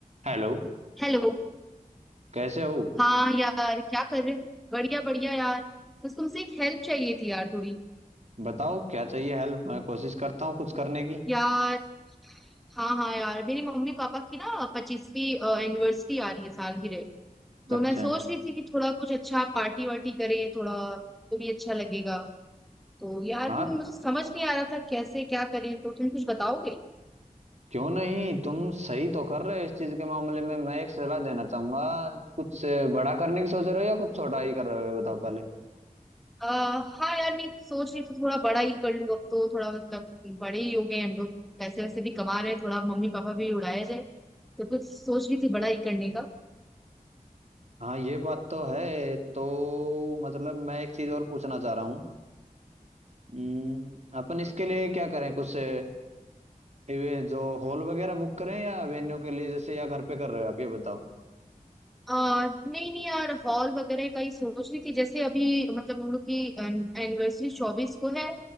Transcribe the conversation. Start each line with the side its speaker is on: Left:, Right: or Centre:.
Right: Hello
Centre: Hello
Right: कैसे हो
Centre: हाँ यार क्या कर रहे हो बढ़िया बढ़िया यार बस तुमसे एक हेल्प चाहिए थी यार थोड़ी
Right: बताओ क्या चाहिए हेल्प मैं कोशिश करता हूँ कुछ करने की
Centre: यार हाँ हाँ यार मेरी मम्मी पापा की ना पच्चीसवीं एनिवर्सरी आ रही है सालगिरह तो
Right: अच्छा
Centre: मैं सोच रही थी कि थोड़ा कुछ अच्छा पार्टी वार्टी करें थोड़ा तो भी अच्छा लगेगा तो यार
Right: हाँ
Centre: वो मुझे समझ नहीं आ रहा था कैसे क्या करें तो तुम कुछ बताओगे
Right: क्यों नहीं तुम सही तो कर रहे हो इस चीज के मामले में मैं एक सलाह देना चाहूंगा कुछ अ, बड़ा करने की सोच रहे हो या कुछ छोटा ही कर रहे हो ये बताओ पहले
Centre: आ, हाँ यार नहीं सोच रही तो थोड़ा बड़ा ही कर लूँ अब तो थोड़ा मतलब बड़े ही हो गए हैं हम लोग पैसे वैसे भी कमा रहे हैं थोड़ा मम्मी पापा भी उड़ाया जाए तो कुछ सोच रही थी बड़ा ही करने का
Right: हाँ ये बात तो है तो मतलब मैं एक चीज और पूछना चाह रहा हूँ हम्म, अपन इसके लिए क्या करें कुछ अ, ये जो हॉल वगैरह बुक करें या वेन्यू के लिए जैसे या घर पे कर रहे हो आप ये बताओ
Centre: आ, नहीं नहीं यार हॉल वगैरह का ही सोच रही थी जैसे अभी मतलब हम लोग की एनिवर्सरी चौबीस को है